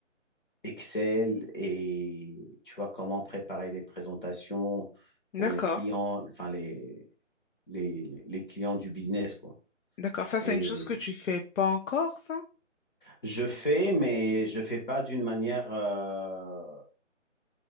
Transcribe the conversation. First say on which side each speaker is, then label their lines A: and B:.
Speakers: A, on the left (about 40°); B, on the left (about 85°).
A: Excel et, tu vois, comment préparer des présentations
B: d'accord,
A: pour les clients, enfin, les, les, les clients du business, quoi.
B: d'accord. Ça, c'est
A: Et
B: une chose que tu fais pas encore, ça?
A: je fais, mais je fais pas d'une manière, euh,